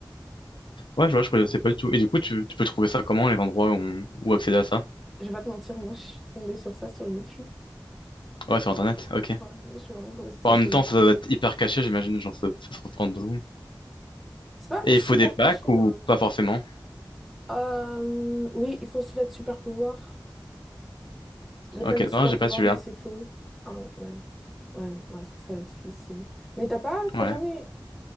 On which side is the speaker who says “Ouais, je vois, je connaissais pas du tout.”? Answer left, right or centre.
Left